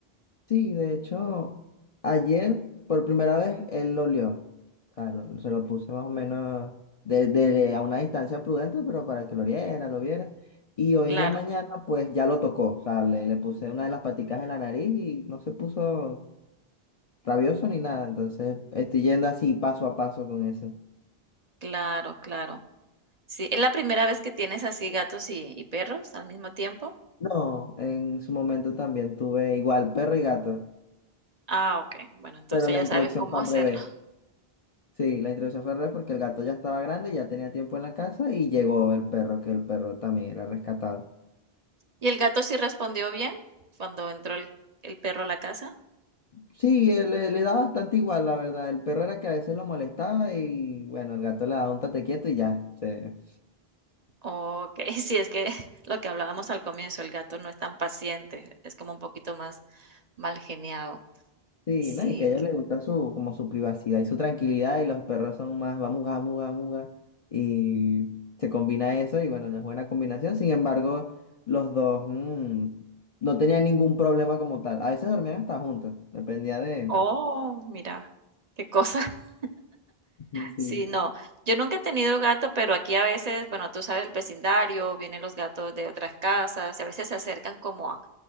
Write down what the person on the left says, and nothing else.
Sí, de hecho, ayer por primera vez él lo olió. O sea, lo- se lo puse más o menos de- de- a una distancia prudente, pero para que lo oliera, lo viera. Y hoy
en la mañana, pues ya lo tocó. O sea, le, le puse una de las paticas en la nariz y no se puso rabioso ni nada. Entonces, estoy yendo así paso a paso con eso.
No, en su momento también tuve igual perro y gato,
pero la
introducción
fue al
revés. Sí, la introducción fue al revés porque el gato ya estaba grande, ya tenía tiempo en la casa y llegó el perro, que el perro también era rescatado.
Sí, él le, le da bastante igual, la verdad. El perro era que a veces lo molestaba y bueno, el gato le daba un tate quieto y ya. se-
Sí,
¿no? Y que a ellos les gusta su, como su privacidad y su tranquilidad y los perros son más vamos, vamos, vamos. Y se combina eso y bueno, no es buena combinación. Sin embargo, los dos mm, no tenían ningún problema como tal. A veces dormían hasta juntos, dependía de...
<laughs> Sí.